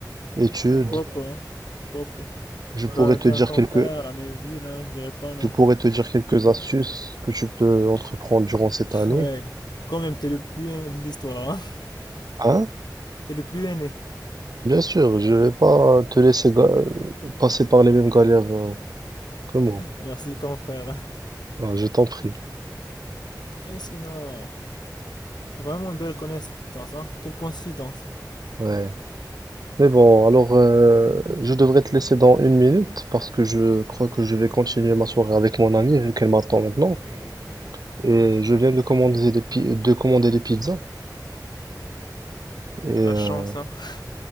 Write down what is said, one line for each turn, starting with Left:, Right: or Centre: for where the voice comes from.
Right: études.
Left: Pourquoi pas, hein. Pourquoi pas.
Right: Je pourrais
Left: Ben,
Right: te
Left: t'es
Right: dire
Left: un confrère,
Right: quelques,
Left: la même ville, hein, je dirais pas non.
Right: je pourrais te dire quelques astuces que tu peux entreprendre durant cette
Left: <laughs>
Right: année.
Left: Ouais, quand même, t'es le plus aîné de l'histoire, hein.
Right: Hein?
Left: T'es le plus aîné.
Right: Bien sûr, je vais pas te laisser ga- passer par les mêmes galères euh, que moi.
Left: Merci, confrère.
Right: Ah, je t'en prie.
Left: Et sinon... C'est vraiment une belle connaissance, hein. Quelle coïncidence.
Right: Ouais. Mais bon, alors euh, je devrais te laisser dans une minute parce que je crois que je vais continuer ma soirée avec mon amie vu qu'elle m'attend maintenant. Et je viens de commander des, pi- de commander des pizzas. Et, euh,
Left: La chance, hein. <laughs>